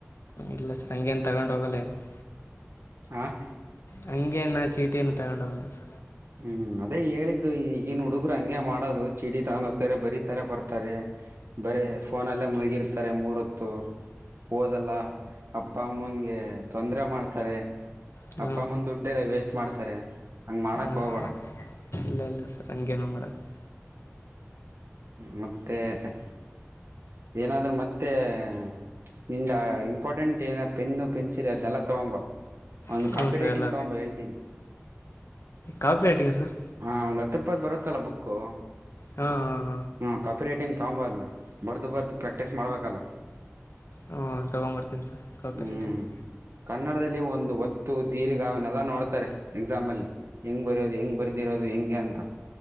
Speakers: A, on the left; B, on the right.
A: ಇಲ್ಲ, ಸರ್, ಹಂಗೇನೇ, ತಗೊಂಡ್ ಹೋಗಲ್ಲನು? <inaudible>
B: ಹಾ.. <inaudible>
A: ಹಂಗಗೆ, ನ, ಚೀಟಿಯನ್ನು ತಗೊಂಡ್ ಹೋಗಲ್ಲ? <inaudible>
B: ಹ್ಮ್, ಅದೇ ಹೇಳಿದ್ದು? ಈಗನ್ ಹುಡುಗರು ಹಂಗೆ ಮಾಡೋದು! ಚಿಟ್ಟಿ, ತಾಕೊಂಡೂಗುತ್ತಾರೆ, ಬರೀ, ತರ, ಬರ್ತ. <inaudible> ಕರೆ, ಬರೇ, ಫೋನಲ್ಲೇ, ಮುಳುಗಿರ್ತಾರೆ, ಮೂರತ್ತು! <inaudible> ಓದಲ್ಲ, ಅಪ್ಪ, ಅಮ್ಮನಗೆ, ತೊಂದರೆ ಮಾಡ್ತಾರೆ? <inaudible>
A: ಸರ್
B: ಅಪ್ಪ, ಮುಂದ್, ದುಡ್ಡೆ, ಎಲ್ಲ, ವೇಸ್ಟ್, ಮಾಡ್ತಾರೆ? <inaudible> ಮಾಡಕ್ಕೆ
A: ಹ್ಮ,
B: ಹೋಗಬೇಡ
A: ಸರ್, ಇಲ್ಲ, ಇಲ್ಲ, ಸರ್, ಹಂಗೇನೆ, ಮಾಡದು? <inaudible>
B: ಹ್ಮ್, ಮತ್ತೆ. <inaudible> ಏನಾದ್ರರು, ಮತ್ತೆ? <inaudible> ನಿಂದ, ಇಂಪಾರ್ಟೆಂಟ್, ಏನ, ಪೆನ್ನು, ಪೆನ್ಸಿಲ್ ಅದನ್ನೆಲ್ಲ! ತಗೊಂಬ? <inaudible> ಒಂದು,
A: ಹ್ಞೂ
B: ಕಾಪಿ,
A: ಸರ್
B: ರೈಟಿಂಗ್
A: ಎಲ್ಲ
B: ತಗೊಬ, ಹೇಳ್ತೀನಿ!
A: ಕಾಪಿ ರೈಟಿಂಗ್ ಸರ್
B: ಹ ಒಂದು, ಹತ್ತು. <inaudible> ಹತ್ತು, ರೂಪಾಯಿ, ಬರುತ್ತಲ್ಲ, ಬುಕ್ಕು
A: ಹಾಂ ಹಾಂ
B: ಹಾ, ಕಫಿ ರೇಟಿಂಗ್, ತೊಗೊಂಬಬ್ದನಾ? <inaudible> ಬರ್ದು, ಬರ್ದುು, ಪ್ರ್ಯಾಕ್ಟೀಸ್, ಮಾಡ್ಬೇಕಲ್ಲ? <inaudible>
A: ಹಾ, ತಗೊಂಡ್ಂಬರ್ತೀನಿ, ಸರ್,
B: ಹ್ಮ್
A: ಕಾಫ್ಫಿರಿಟಿಂಗ್. <inaudible>
B: ಕನ್ನಡದಲ್ಲಿ ಒಂದು, ಒತ್ತು, ದೀರ್ಘ ಅವನ್ನೆಲ್ಲ! ನೋಡ್ತಾರೆ ಎಕ್ಸಾಮ್, ಅಲ್ಲಿ. <inaudible> ಹೆಂಗು, ಬರೋದು, ಹೆಂಗೆ, ಬರ್ತಿರೋದು, ಹೆಂಗೆ ಅಂತ. <inaudible>